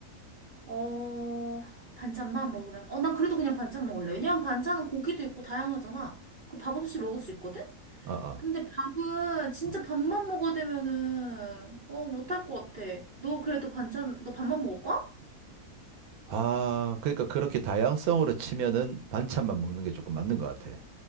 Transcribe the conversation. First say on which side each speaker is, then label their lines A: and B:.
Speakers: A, on the right; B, on the right.
A: 어, 반찬만 먹으라면. 어, 난 그래도 그냥 반찬 먹을래. 왜냐면 반찬은 고기도 있고 다양하잖아. 그 밥 없이 먹을 수 있거든?
B: 아, 아.
A: 근데 밥은 진짜
B: 음.
A: 밥만 먹어대면은 어 못할 것 같아. 너 그래도 반찬 너 밥만 먹을 거야?
B: 아, 그러니까 그렇게 다양성으로 치면은 반찬만 먹는 게 조금 맞는 것 같아.